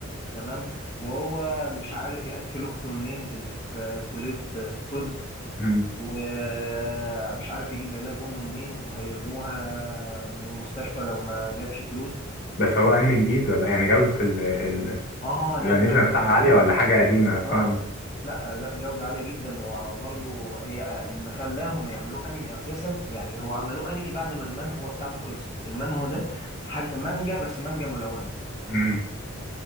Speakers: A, on the left; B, on the left.
A: تمام وهو مش عارف ياكل اخته منين اللي في كليه الطب
B: أمم.
A: ومش عارف يجيب علاج امه منين وهيرموها من المستشفى لو ما جابش فلوس
B: بس هو انمي جديد ولا يعني جودة ال ال
A: اه لا
B: الانيميشن
A: لا
B: نفسها
A: لا
B: عالية
A: رهيبة
B: ولا حاجة قديمة اصلا
A: اه لا لا جودة عالية جدا وبرضو هي آه، اللي خلاهم يعملوه انمي اساسا يعني هو عملوه انمي بعد ما المانهوا بتاعته خلصت المانهوا ده حاجة مانجا بس مانجا ملونة
B: امم